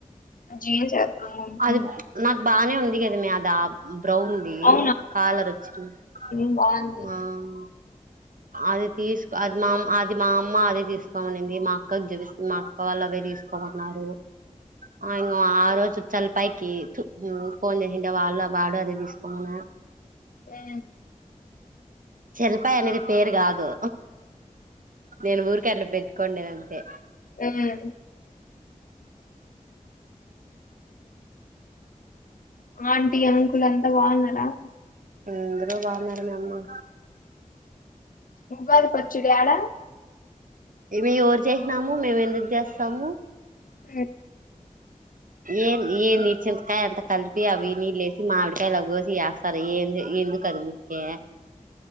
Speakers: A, on the left; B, on the right.
A: జీన్స్ వేద్దాము అనుకున్నా.
B: అది నాకు బానే ఉంది. అడిగదా ఆ దాబ్ బ్రౌన్ ది
A: అవునా
B: కాలర్ వచ్చి ఉమ్
A: బాగుంది బాగుంది
B: అది తీసుకో అది మామ్ అది మా అమ్మ అదె తీసుకోమనింది మా అక్కకి చూపిస్తుంది మా అక్క వాళ్ళు అవే తీసుకోమన్నారు అ ఇంగ ఆ రోజు చలిపాకి ఫోన్ చేసింటే వాళ్ళు వాడు అదే తీసుకోమన్నాడు.
A: ఆ
B: చెల్పాయ అనేది పేరు గాదు నేను ఊరికే అట్ల పెట్టుకోండేది అంతే
A: ఉమ్ ఆంటీ అంకుల్ అంతా బాగున్నారా
B: అందరు బాగున్నారు మే అమ్మ
A: ఉగాది పచ్చడి యాడ
B: ఏమి ఎవరు చేసినాము మేము ఎందుకు చేస్తాము.
A: అ
B: ఏం ఏంది చింతకాయ అంత కలిపి అవి నీళ్ళేసి మామివిడికాయలు అవి కోసి చేస్తారు ఏ ఏందు కది ఊరికే